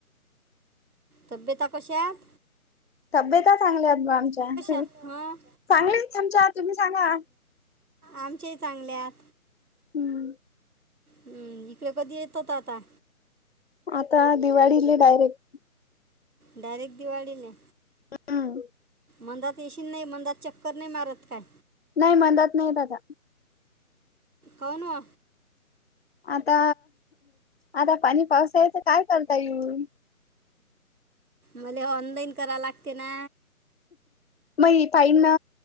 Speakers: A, on the right; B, on the left.
A: तब्यता कशात
B: तब्यता चांगल्या म आमच्या तुम्
A: आहेत? हं
B: चांगली आमच्या तुम्ही सांगा
A: आमचेही चांगल्या हात
B: हम्म
A: हम्म इकडे कधी येत होता आता
B: आता दिवाळीला डायरेक्ट
A: डायरेक्ट दिवाळी ला
B: हा <inaudible>
A: मंदात येशी नाही मंदात चक्कर नाही मारत काय
B: नाही म्हणदात नाही आता
A: कौन ओ
B: आता आता पाणी पावसाळ्याच काय करलता येऊ
A: मले ऑनलाईन करावं लागते ना
B: मग पाईन ना